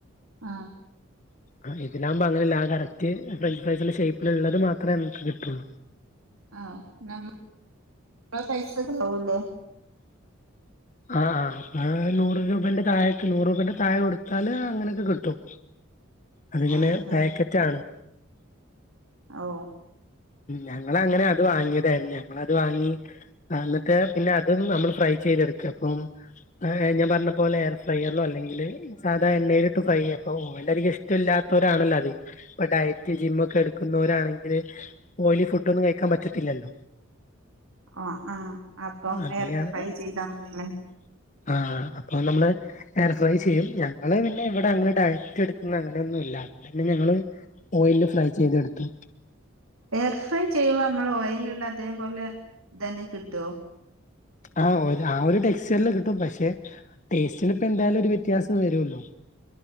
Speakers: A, on the right (about 85°); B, on the left (about 35°).
A: ആ
B: ആ ഇതിനാകുമ്പോ അങ്ങനെ കറക്റ്റ്, ഫ്രഞ്ച് ഫ്രൈസിന്റെ ഷേപ്പിൽ ഉള്ളത് മാത്രമേ നമുക്ക് കിട്ടുള്ളൂ.
A: ആ <unintelligible> സൈസ് ഉണ്ടാവില്ലോ
B: ആ ആ അ നൂറ് രൂ ന്റെ താഴൊക്ക് നൂറ രൂപേന്റെ താഴെ കൊടുത്താല് അങ്ങനൊക്കെ കിട്ടും. അതിങ്ങനെ
A: ആഹ്
B: പാക്കറ്റാണ്.
A: ആഹ് ഓ...
B: ഞങ്ങളങ്ങനെ അത് വാങ്ങിയതായിരുന്നു. ഞങ്ങത് വാങ്ങി എന്നിട്ട് പിന്നെ അതും നമ്മൾ ഫ്രൈ ചെയ്തെടുക്ക കപ്പം... ആ ഞാ പറഞ്ഞ പോല എയർ ഫ്രൈയർലോ അല്ലെങ്കിൽ സാധാ എണ്ണയില ഇട്ട് ഫ്രൈ അപ്പോക്ക് ഇഷ്ടമല്ലാ രാണല്ലോ അത്, ഇ ഡയറ്റ് ജിമ്മ ഒക്കെ എടുക്കുന്നവരാണെങ്കില് ഓയിലി ഫുഡൊന്നും കഴിക്കാൻ പറ്റത്തി ല്ല ല്ലോ...
A: ഓ ആഹ അപ്പം
B: അങ്ങനെയാണ്
A: എർ ഫ്രൈ ചെയ്താൽ മതില്ലേ?
B: ആഹ് അപ്പൊ നമ്മള് എയർഫ്രൈ ചെയ്യും, ഞങ്ങള് പിന്നെ ഇവിടെ അങ്ങനെ ഡയറ്റ് എടുക്കുന്നങ്ങനെ ന്നുല്ല പിന്നെ ഞങ്ങള് ഓയില് ഫ്രൈ ചെയ്ത എടുത്തു.
A: എയർ ഫ്രൈ ചെയ്യുമ്പോ നമ്മൾ ഓയിലുള്ള അതേപോലെ ഇതന്നെ കിട്ടോ
B: ആഹ് ആ ഒരു ടെക്സ്റ്ററിൽ കിട്ടും പക്ഷെ ടേസ്റ്റിന ഇപ്പോ എന്തായാലും ഒരു വ്യത്യാസം വരുല്ലോ